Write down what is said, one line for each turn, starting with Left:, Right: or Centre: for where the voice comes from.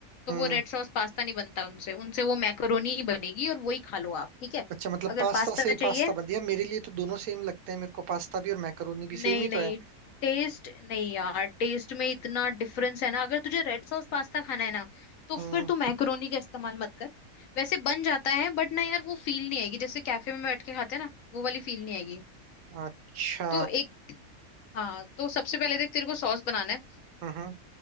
Left: तो
Right: हम्म
Left: वो रेड सॉस पास्ता नहीं बनता उनसे उनसे वो मैकरोनी ही बनेगी और वही खा लो आप ठीक है
Right: अच्छा मतलब
Left: अगर
Right: पास्ता
Left: पास्ता
Right: से ही
Left: चाहिए
Right: पास्ता बन दिया मेरे लिए तो दोनों सेम लगते हैं मेरे को पास्ता भी और मैकरोनी भी
Left: नहीं
Right: सेम ही
Left: नहीं
Right: तो है
Left: टेस्ट नहीं यार टेस्ट में इतना डिफरेंस है ना अगर तुझे रेड सॉस पास्ता खाना है ना तो
Right: हम्म
Left: फिर तू मैक्रोनी का इस्तेमाल मत कर वैसे बन जाता है बट ना यार वो फील नहीं आएगी जैसे कैफे में बैठ के खाते हैं ना वो वाली फील नहीं आएगी
Right: अच्छा
Left: तो एक हाँ तो सबसे पहले देख तेरे को सॉस बनाना है
Right: हम्म,